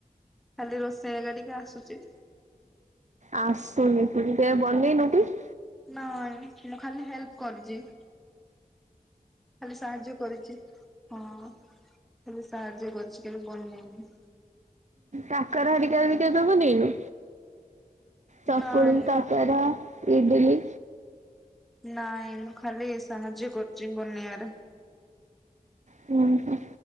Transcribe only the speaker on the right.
ଆସୁନି ବନେଇ ନୁକି କି।
କାକରା ହାରିକା ବିି ଦେଇନୁ। ଚକୁଳି
କାକାରା ଇଟିଲି।
ହୁଁ।